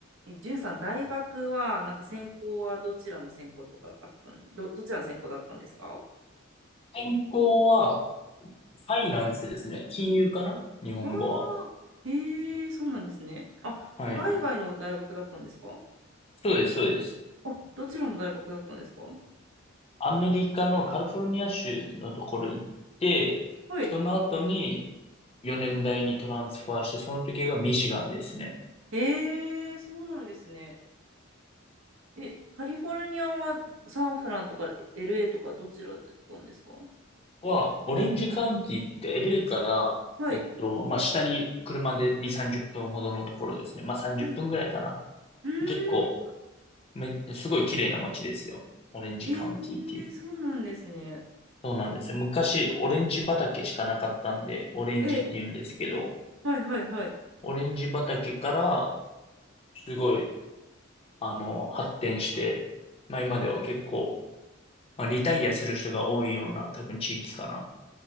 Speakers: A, on the right (about 70°); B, on the left (about 30°).
A: え、じゅんさん、大学は、なんか専攻はどちらの専攻とかあったん、ど、どちらの専攻だったんですか
B: 健康は、ファイナンスですね。金融かな日本語は。
A: ああー、へえ、そうなんですね。あ、
B: はい。
A: 海外の大学だったんですか
B: そうです、そうです。
A: あ、どちらの大学だったんですか
B: アメリカのカリフォルニア州のところ行って、
A: はい。
B: その後に4年大にトランスファーして、その時がミシガンですね。
A: へえ、そうなんですね。え、カリフォルニアはサンフランとか LA とかどちらだったんですか
B: は、オレンジカウンティって言って LA から、
A: はい。
B: えっと、まあ、下に車で2、30分ほどのところですね。まあ、30分ぐらいかな。
A: うんうーん、
B: 結構、め、すごい綺麗な街ですよ。オレンジカウンティっていう。
A: ええ、そうなんですね。
B: そうなんですよ。昔、オレンジ畑しかなかったんで、オレンジって言うんですけど、
A: ええ、はいはいはい。
B: オレンジ畑から、すごい、あの、発展して、まあ今では結構、まあリタイアする人が多いような、多分地域かな。